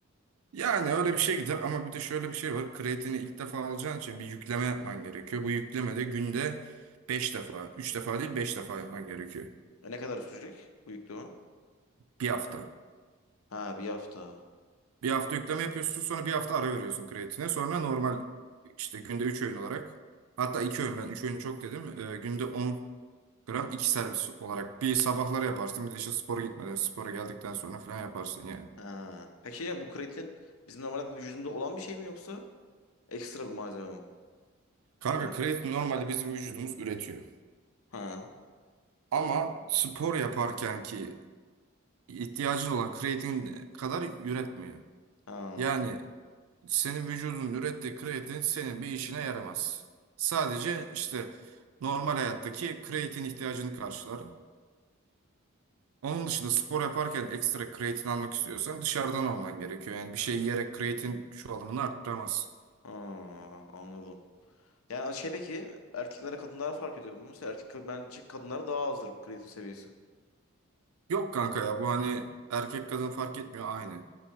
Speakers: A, on the right; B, on the left.
A: Yani öyle bir şey gider ama bir de şöyle bir şey var. Kreatini ilk defa alacağın için bir yükleme yapman gerekiyor. Bu yüklemede günde 5 defa, 3 defa değil 5 defa yapman gerekiyor.
B: E, ne kadar sürecek bu yükleme?
A: Bir hafta.
B: Ha bir hafta.
A: Bir hafta yükleme yapıyorsun sonra bir hafta ara veriyorsun kreatine. Sonra normal işte günde 3 öğün olarak hatta 2 öğün ben 3 öğün çok dedim. Ee, günde on gram 2 servis olarak bir sabahları yaparsın bir de işte spora gitmeden spora geldikten sonra falan yaparsın yani.
B: Ha. Peki şey diyeceğim, bu kreatin bizim normalde vücudumuzda olan bir şey mi yoksa Ekstra bir malzeme mi?
A: Kanka
B: Yani-
A: kreatin normalde bizim vücudumuz üretiyor.
B: Ha.
A: Ama spor yaparken ki ihtiyacın olan kreatin kadar üretmiyor.
B: Ha.
A: Yani senin vücudun ürettiği kreatin senin bir işine yaramaz. Sadece işte normal hayattaki kreatin ihtiyacını karşılar. Onun dışında spor yaparken ekstra kreatin almak istiyorsan dışarıdan alman gerekiyor. Yani bir şey yiyerek kreatin çoğalımını arttıramaz.
B: Ha. Anladım. Yani şey peki erkeklere kadınlara fark ediyor mu? Mesela erkek bence kadınlara daha azdır bu kreatin seviyesi.
A: Yok kanka ya bu hani erkek kadın fark etmiyor aynı.